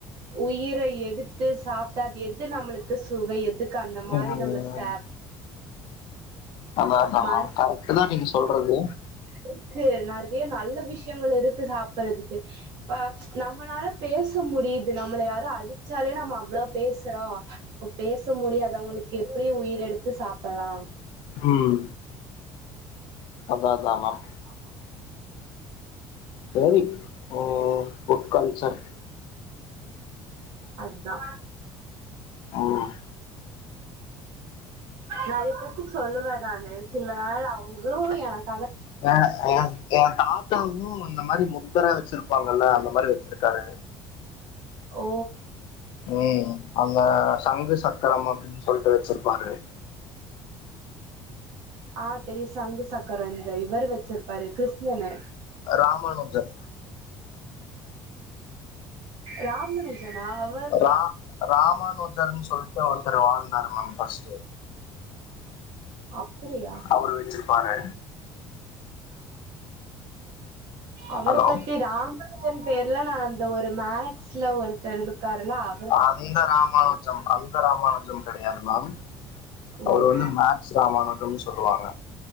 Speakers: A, on the right (about 55°); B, on the left (about 60°).
A: உயிரை எடுத்து சாப்ட்ட அது எது நம்ளுக்கு சுவை எதுக்கு அந்த மாரி
B: ம்
A: நம்ளுக் தேவ்
B: அதா அதா
A: மாரி
B: மேம் கரெக்ட்டுதா நீங்க சொல்றது
A: ருக்கு நெறைய நல்ல விஷ்யங்கள் இருக்கு சாப்பறதுக்கு பா நம்மனாலப் பேச முடியிது நம்மள யாரு அடிச்சாலே நம்ம அவ்ளோ பேசறோ இப்ப பேச முடியாதவங்களுக்கு எப்டி உயிரெடுத்து சாப்பல்லா
B: ம் அதா அதா மேம்
A: ஆமா
B: சேரி ம் குட் கல்ச்சர்
A: அதா
B: ம்
A: நெறையப் பேத்துக் சொல்லுவே நானு சில நாள் அவுங்ளு எனக்
B: அ அ என் தாத்தாவு இந்த மாரி முத்தர வெச்சிருப்பாங்கல்ல அந்த மாரி வெச்சிருக்காரு
A: ஓ
B: ம் அந்த சங்கு சக்கரம் அப்டின் சொல்ட்டு வெச்சிருப்பாரு
A: ஆ தெரியு சங்கு சக் கரோ இந்த இவரு வெச்சிருப்பாரு கிருஷ்ணனு
B: ராமானுஜர்
A: ராம்மனுஜனா அவு
B: ரா ராமானுஜர்ன் சொல்ட்டு ஒருத்தரு வாழ்ந்தாரு மேம் ஃபர்ஸ்ட்டு
A: அப்படியா
B: அவுரு வெச்சிருப்பாரு
A: அவரப்
B: ஹலோ
A: பத்தி ராம ஜன் பேர்லா நா அந்த ஒரு மேக்ஸ்ல ஒருத்தர் இருக்காருலாவ்
B: அந்த ராமானுஜம் அந்த ராமானுஜம் கெடையாது மேம்
A: ஓ
B: அவுரு வந்து மேக் ராமானுஜம்னு சொல்லுவாங்க